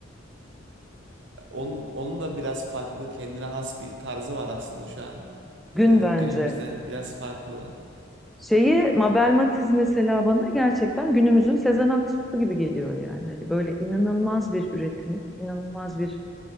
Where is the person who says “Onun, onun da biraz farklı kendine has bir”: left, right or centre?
Right